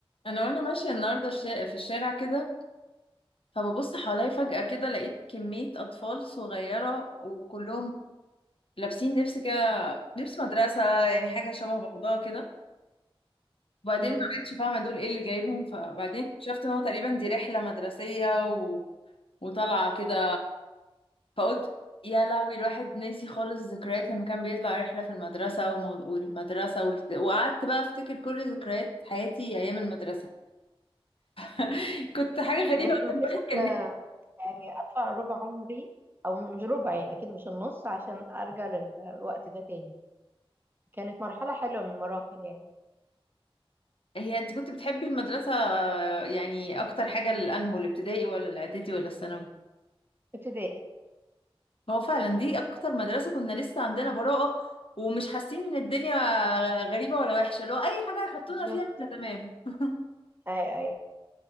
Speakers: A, on the left; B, on the right.
A: انا وانا ماشيه النهارده الشا- في الشارع كده فببص حواليا فجاه كده لقيت كميه اطفال صغيره وكلهم لابسين لبس كده لبس مدرسه يعني حاجه شبه بعضها كده وبعدين
B: مم.
A: ما بقتش فاهمه دول ايه اللي جايبهم فبعدين اكتشفت ان هو تقريبا دي رحله مدرسيه و... وطالعه كده فقلت يا لهوي الواحد ناسي خالص ذكريات لما كان بيطلع رحله في المدرسه ومو- والمدرسه وال... وقعدت بقى افتكر كل ذكريات حياتي ايام المدرسه <laughs> كنت حاجه غريبه
B: بجد مفيش
A: الواحد
B: آه، يعني ادفع ربع عمري او مش ربع يعني اكيد مش النص عشان ارجع للوقت ده تاني كانت مرحله حلوه من المراحل يعني
A: هي انت كنت بتحبي المدرسة آه، يعني اكتر حاجة لانهو الابتدائي ولا الاعدادي ولا الثانوي
B: ابتدائي
A: هو فعلا دي اكتر مدرسة كنا لسه عندنا براءة ومش حاسين ان الدنيا غريبة ولا وحشة لو اي حاجة يحطونا
B: بالظبط
A: فيها احنا تمام <laughs>
B: اي اي